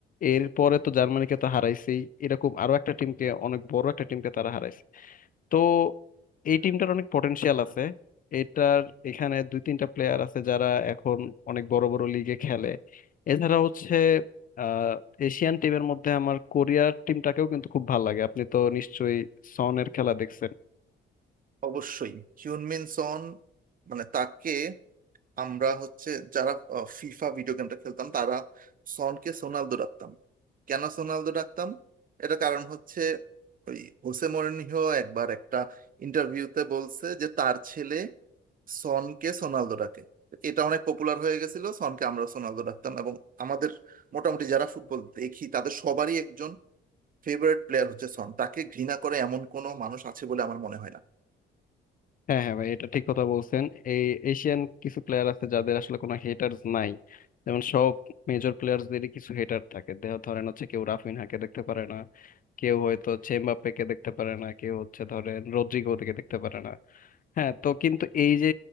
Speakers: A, on the left; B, on the right.
A: এরপরে তো জার্মানিকে তো হারাইছেই এরকম আরো একটা টিমকে অনেক বড় একটা টিমকে তারা হারাইছে তো এই টিমটার অনেক পটেনশিয়াল আছে এটার এখানে দুই তিনটা প্লেয়ার আছে যারা এখন অনেক বড় বড় লিগে খেলে এছাড়া হচ্ছে আহ এশিয়ান টিমের মধ্যে আমার কোরিয়ার টিমটাকেও কিন্তু খুব ভালো লাগে আপনি তো নিশ্চয়ই সনের খেলা দেখছেন
B: অবশ্যই হিউনমিন সন মানে তাকে আমরা হচ্ছে যারা ফিফা ভিডিও গেমটা খেলতাম তারা সনকে সোনালদো ডাকতাম কেন সোনালদো ডাকতাম এটা কারণ হচ্ছে ওই হোসে মরিনহো একবার একটা ইন্টারভিউতে বলছে যে তার ছেলে সনকে সোনালদো ডাকে এটা অনেক পপুলার হয়ে গেছিল সনকে আমরা সোনালদো ডাকতাম এবং আমাদের মোটামুটি যারা ফুটবল দেখি তাদের সবারই একজন ফেভারিট প্লেয়ার হচ্ছে সন তাকে ঘৃণা করে এমন কোনো মানুষ আছে বলে আমার মনে হয় না
A: হ্যাঁ হ্যাঁ ভাই এটা ঠিক কথা বলছেন এই এশিয়ান কিছু প্লেয়ার আছে যাদের আসলে কোনো হেটার্স নাই যেমন সব মেজর প্লেয়ারদেরই কিছু হেটার থাকে দেহ ধরেন হচ্ছে কেউ রাফিনহাকে দেখতে পারে না কেউ হয়তো চেমবাপ্পেকে দেখতে পারে না কেউ হচ্ছে ধরেন রদ্রিগোকে দেখতে পারে না হ্যাঁ তো কিন্তু এই যে